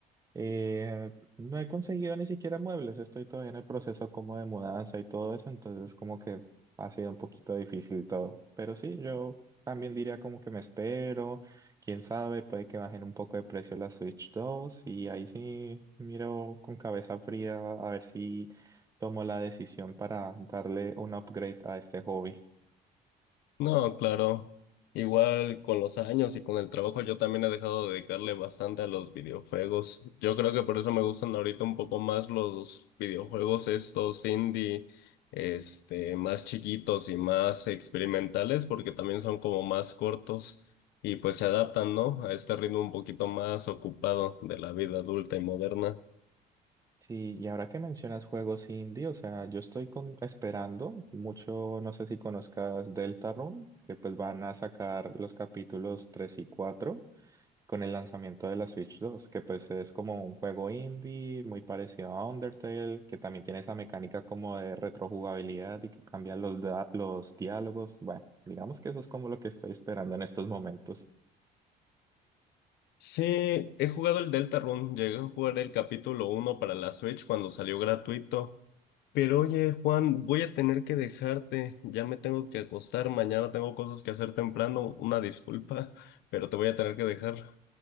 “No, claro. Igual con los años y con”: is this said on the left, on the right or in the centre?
Left